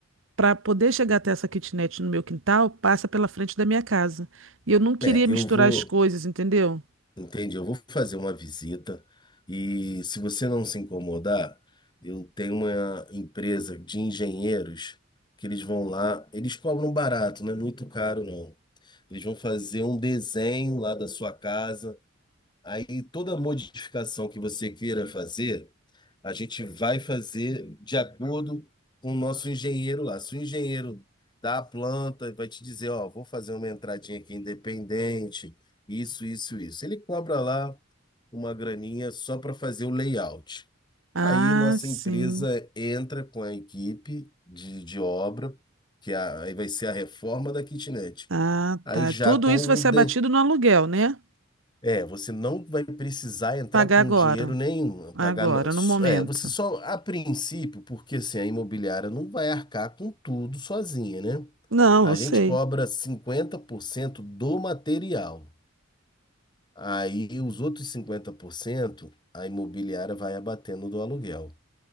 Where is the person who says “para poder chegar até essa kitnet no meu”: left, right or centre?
Right